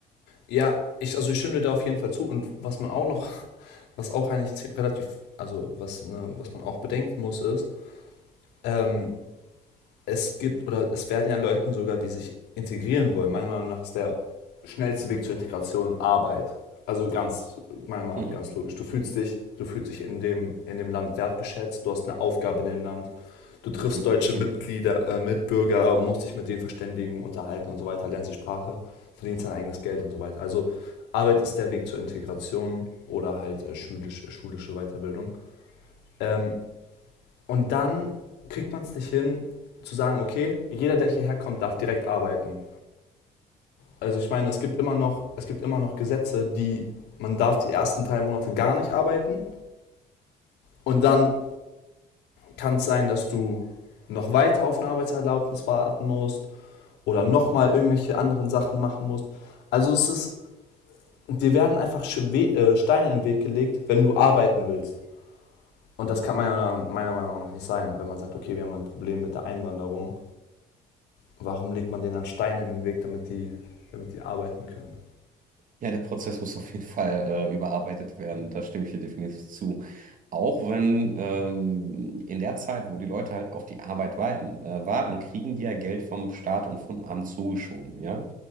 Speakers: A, on the left; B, on the right.
A: Ja, ich, also ich stimme dir da auf jeden Fall zu und was man auch noch, was auch eigentlich relativ, also was, ne, was man auch bedenken muss, ist, ähm, es gibt oder es werden ja Leuten sogar, die sich integrieren wollen. Meiner Meinung nach ist der schnellste Weg zur Integration Arbeit. Also ganz, meiner Meinung
B: Mhm.
A: nach ganz logisch. Du fühlst dich, du fühlst dich in dem, in dem Land wertgeschätzt, du hast eine Aufgabe in dem Land, du triffst
B: Mhm.
A: deutsche
B: Mhm.
A: Mitglieder, äh, Mitbürger, musst dich mit denen verständigen, unterhalten und so weiter, lernst die Sprache, verdienst dein eigenes Geld und so weiter. Also Arbeit ist der Weg zur Integration oder halt äh, schulisch, äh, schulische Weiterbildung. Ähm, und dann kriegt man es nicht hin, zu sagen, okay, jeder, der hierher kommt, darf direkt arbeiten. Also ich meine, es gibt immer noch, es gibt immer noch Gesetze, die man darf die ersten drei Monate gar nicht arbeiten und dann kann es sein, dass du noch weiter auf eine Arbeitserlaubnis warten musst oder nochmal irgendwelche anderen Sachen machen musst. Also es ist, dir werden einfach äh, Steine in den Weg gelegt, wenn du arbeiten willst. Und das kann man ja meiner Meinung nach nicht sein, wenn man sagt, okay, wir haben ein Problem mit der Einwanderung warum legt man denen dann Steine in den Weg, damit die, damit die arbeiten können?
B: Ja, der Prozess muss auf jeden Fall äh, überarbeitet werden. Da stimme ich dir definitiv zu. Auch wenn ähm, in der Zeit, wo die Leute halt auf die Arbeit warten, äh, warten, kriegen die ja Geld vom Staat und vom Amt zugeschoben, ja.